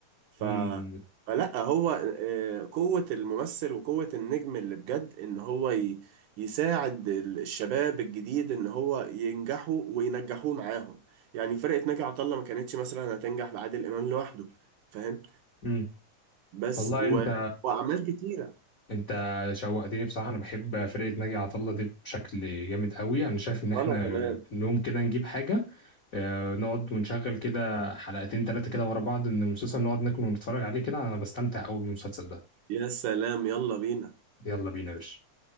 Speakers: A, on the right; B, on the left.
A: ف
B: مم.
A: فلا هو آه، قوة الممثل وقوة النجم اللي بجد ان هو ي... يساعد ال- الشباب الجديد ان هو ينجحوا وينجحوه معاهم يعني فرقة ناجي عطا الله ما كانتش مثلا هتنجح بعادل امام لوحده فاهم
B: مم.
A: بس
B: والله
A: و...
B: انت
A: واعمال كتيرة
B: انت شوقتني بصراحة انا بحب فرقة ناجي عطا الله دي بشكل جامد قوي انا شايف ان
A: وانا
B: احنا
A: كمان
B: نقوم كده نجيب حاجة اه، نقعد ونشغل كده حلقتين ثلاثة كده ورا بعض من المسلسل نقعد ناكل ونتفرج عليه كده انا بستمتع قوي بالمسلسل ده
A: يا سلام يلا بينا
B: يلا بينا يا باشا